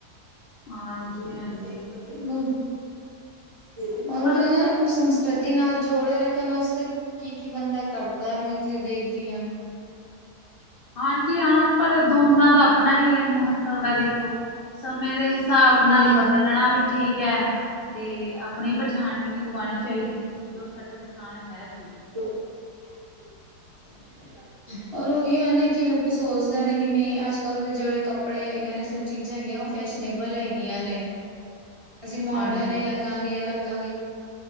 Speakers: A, on the left; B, on the right.
A: ਹਾਂਜੀ
B: <unintelligible>
A: ਹਾਂਜੀ ਪਰ ਦੋ
B: ਤੇ ਨਾਲ ਜੋੜੇ ਰੱਖਣ ਵਾਸਤੇ ਕੀ-ਕੀ ਬੰਦਾ ਕਟਦਾ ਮੈਂ ਦੇਖਦੀ ਆਂ।
A: ਹਾਂਜੀ-ਹਾਂ, ਪਰ ਦੋਨਾਂ ਦਾ ਆਪਣਾ ਹੀ ਮਹੱਤਵ ਏ ਦੇਖ ਸਮੇਂ ਦੇ ਹਿਸਾਬ
B: ਹੂੰ
A: ਨਾਲ ਬਦਲਣਾ ਵੀ ਠੀਕ ਏ। ਤੇ ਆਪਣੀ ਪਛਾਣ ਵੀ ਨਹੀਂ ਗਵਾਣੀ ਚਾਹੀਦੀ ਕਿ ਉਹ ਸਾਡੀ ਪਛਾਣ ਹੈ ਸੀ।
B: <inaudible> ਔਰ ਉਹੀਓ ਨਾ ਕਿ ਲੋਕੀ ਸੋਚਦੇ ਨੇ ਨਹੀਂ ਅੱਜ-ਕੱਲ੍ਹ ਦੇ ਜਿਹੜੇ ਕੱਪੜੇ ਹੈਗੇ ਨੇ ਸਭ ਚੀਜ਼ਾਂ ਹੈਗੀਆਂ ਓ ਫੇਸਨੇਬਲ ਹੈਗੀਆਂ ਨੇ, ਅਸੀਂ ਮੋਡਰਨ
A: ਹਾਂਜੀ
B: ਇਹ ਲੱਗਾਂਗੇ, ਲੱਗਾਂਗੇ।